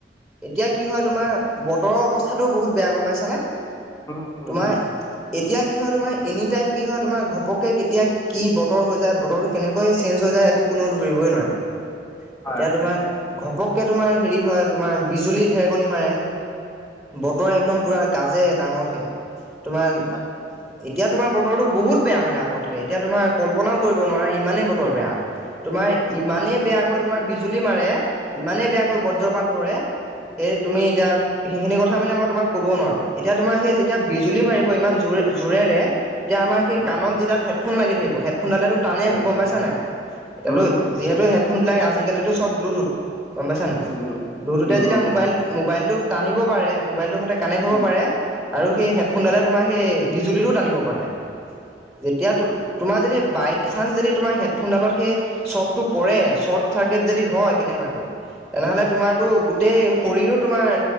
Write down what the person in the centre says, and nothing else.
এতিয়া কি হয় তোমাৰ বতৰৰ অৱস্থাটো বহুত বেয়া গম পাইছানে।
তোমাৰ
এতিয়া কি হয় তোমাই এনি টাইম কি হয় তোমাৰ ঘপকে কেতিয়া কি বতৰ হৈ যায় বতৰটো কেনেকৈ চেন্স হৈ যায় একো কোনেও নোৱাৰে।
এতিয়া
তোমাৰ ঘপকে তোমাৰ হেৰি হয় তোমাৰ বিজুলী ঢেৰেকণী মাৰে। বতৰ একদম পুৰা গাজে ডাঙৰকে। তোমাৰ
এতিয়া তোমাৰ বতৰতো বহুত বেয়া মানে আগতকে এতিয়া তোমাৰ কল্পনাও কৰিব নোৱাৰা ইমানেই বতৰ বেয়া। তোমাৰ ইমানেই
বেয়া কৈ তোমাৰ বিজুলী মাৰে ইমানে বেয়াকৈ বজ্ৰপাত পৰে সেই তুমি
এতিয়া সেইখিনি কথা মানে মই তোমাক ক'ব নোৱাৰো এতিয়া তোমাৰ সেই যেতিয়া বিজুলী মাৰিব ইমান জোৰে জোৰেৰে তেতিয়া আমাৰ সেই
কাণত যিডাল হেডফোন লাগি থাকিব হেফোনডালেতো টানে
গম পাইছা নাই এইটো
যিহেতু হেডফোনবিলাক আজিকালি চব ব্লুটুথ। গম পাইছা নাই
ব্লুটুথে
যেতিয়া
মোবাইল মোবাইলটোক টানিব পাৰে, মোবাইলটোৰ সতে কানেক্ট হ'ব
পাৰে আৰু সেই হেডফোনডালে তোমাৰ সেই বিজুলীটো টানিব পাৰে। যেতিয়া তো তোমাৰ যেতিয়া বাই চানঞ্চ যদি তোমাৰ হেডফোনডালত সেই চকটো পৰে চৰ্ট চাৰ্কিট যদি হয় কেনেবাকৈ তেনেহলে তোমাৰতো গোটেই শৰীৰো তোমাৰ